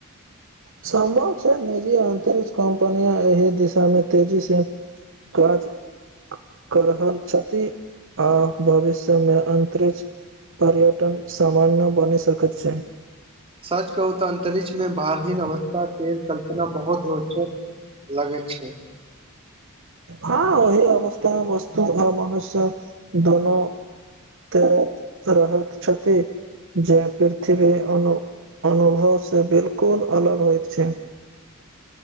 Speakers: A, on the right; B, on the right.
A: सम्भव छै निजी अंतरिक्ष कम्पनिया एहि दिशा मे तेजी से काज क रहल छथि आ भविष्यमे अन्तरिक्ष पर्यटन सामान्य बनि सकैत छै
B: सच कहु तऽ अंतरिक्ष में भारहीन अवस्था के कल्पना बहुत रोचक लगै छै
A: हाँ ओहि अवस्थामे वस्तु आ मनुष्य दुनू तें रहत छथि जे पृथ्वी अनु- अनुभवसँ बिल्कुल अलग होइत छै